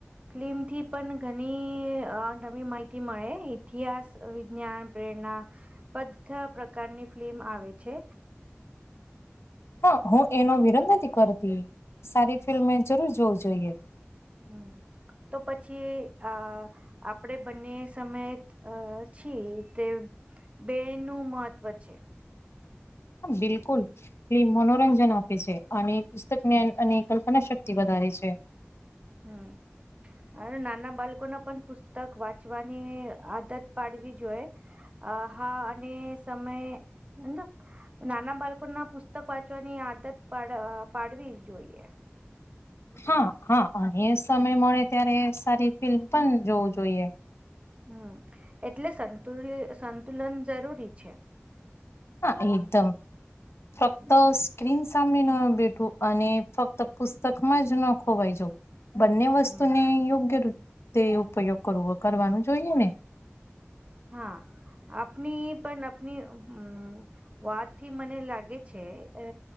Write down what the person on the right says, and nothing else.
ફિલ્મ થી પણ ઘણી નવી માહિતી મળે ઇતિહાસ વિજ્ઞાન પ્રેરણા બધા પ્રકારની ફિલ્મ આવે છે
<unintelligible> તો પછી આ આપણેે બંને સમયે અ છી તે બે નું મહત્વ છે
હમ
હમ <inaudible> હ નાના બાળકોને પણ પુસ્તક વાંચવાની આદત પાડવી જોઈએ અ હા અને સમય એંદ નાના બાળકો ના પુસ્તક વાંચવાની આદત પાડવી જ જોઈએ
હમ એટલે સંતુલ સંતુલન જરૂરી છે
હમ
હમ
હા આપણી પણ આપણી હમ વાત થી મને લાગે છે અ